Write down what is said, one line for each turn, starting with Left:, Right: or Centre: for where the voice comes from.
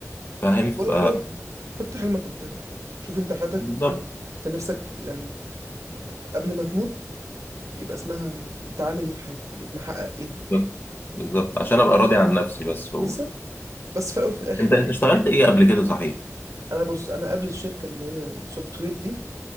Left: فاهم
Right: بقول
Left: ف
Right: لك هو حط حلمك قدامك شوف انت حياتك
Left: بالظبط
Right: انت نفسك في- يعني قبل ما تموت يبقى اسمها انت عامل ايه في حياتك يبقى محقق ايه
Left: بالظبط بالظبط. عشان ابقى راضي عن نفسي بس وكده
Right: بالظبط بس في الاول وفي الاخر
Left: انت انت اشتغلت ايه قبل كده صحيح
Right: انا بص انا قبل الشركه اللي هي السوفت وير دي